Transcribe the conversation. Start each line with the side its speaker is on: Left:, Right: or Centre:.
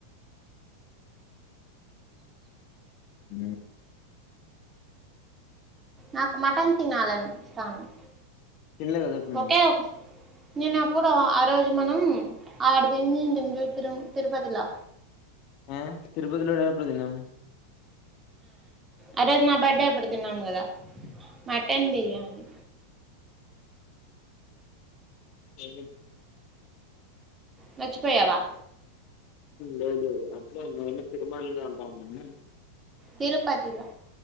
Left: అ
Right: నాకు మటన్ తినాలనిపిస్తాంది
Left: తినలే కదా అప్పుడు నువ్వు
Right: ఒకే ఒక నేను అప్పుడు ఆ రోజు మనం ఆడ తినీటీం తిరు తిరుపతిలో
Left: ఆ తిరుపతిలోనా ఎప్పుడు తిన్నాం
Right: ఆ రోజు నా బర్త్డే పడుతున్నాం కదా మటన్ బిర్యానీ.
Left: ఎ
Right: మాచ్చిపోయావా
Left: లేదు అట్లే మేము తిరుమల అంటా మని
Right: తిరుపతిలో